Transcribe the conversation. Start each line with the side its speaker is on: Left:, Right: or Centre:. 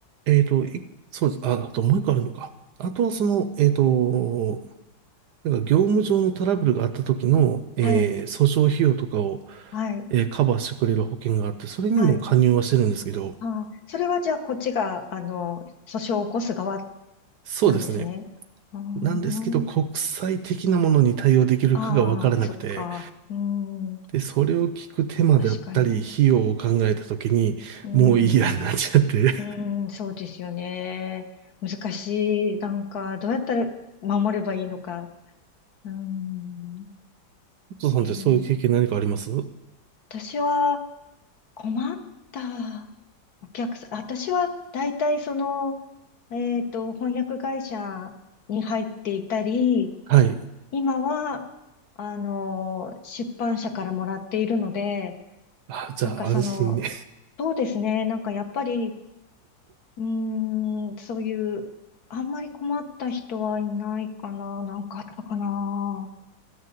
Right: えっと、いそうです。あ、あともう一個あるのか。あとはその、えっと、なんか業務上のトラブルがあった時の、えー訴訟費用とかを、
Left: はい。はい。
Right: えーカバーしてくれる保険があって、それにも加入はしてるんですけど、
Left: はい。ああ、それはじゃあこっちが、あの、訴訟を起こす側
Right: そうですね。
Left: なんですね。あー
Right: なんですけど、国際的なものに対応できるかが分からなくて、
Left: ああ、そっか。うん、
Right: で、それを聞く手間だったり、
Left: 確かに。
Right: 費用を考えた時に、
Left: うん、
Right: もういいやになっちゃって。
Left: うん、そうですよね。難しい。なんか、どうやったら守ればいいのか。うん、ね
Right: <laughs> お父さんってそういう経験何かあります
Left: えー私は困ったお客さん、私は大体その、えっと、翻訳会社に入っていたり、
Right: はい。
Left: 今は、あの、出版社からもらっているので、
Right: あ、じゃあ安心ね。
Left: なんかその、そうですね、なんかやっぱり、うーん、そういう、あんまり困った人はいないかな、なんかあったかな。